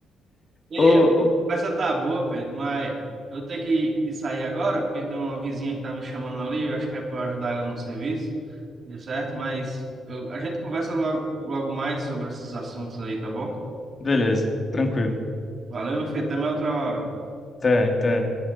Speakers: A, on the right; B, on the left.
A: E
B: Ô,
A: a
B: ô,
A: conversa tá boa, Pedro, mas eu tenho que, que sair agora, porque tem uma vizinha que tá me chamando ali, eu acho que é para ajudar ela no serviço, deu certo? Mas eu- a gente conversa logo, logo mais sobre esses assuntos aí, tá bom?
B: beleza, tranquilo.
A: Valeu, meu filho, até mais outra hora.
B: Até, até.